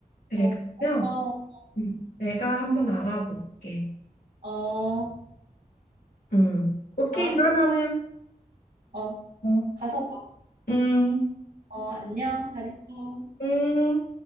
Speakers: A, on the left; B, on the right.
A: 그래.
B: 어, 고마워.
A: 그러면 음, 내가 한번 알아볼게.
B: 어, 어,
A: 음. 오케이.
B: 가,
A: 그러면은
B: 어,
A: 어.
B: 가서 봐.
A: 음.
B: 어, 안녕. 잘 있어.
A: 음.